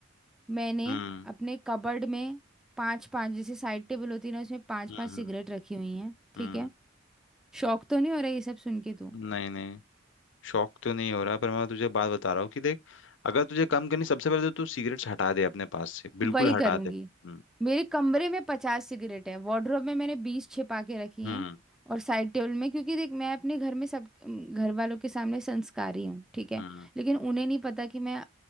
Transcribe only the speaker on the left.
हम्म
हम्म
हम्म
नहीं नहीं शौक तो नहीं हो रहा पर मैं तुझे बात बता रहा हूँ कि देख अगर तुझे कम करनी सबसे पहले तो तू सिगरेट्स हटा दे अपने पास से बिल्कुल
हटा दे हम्म
हम्म
हम्म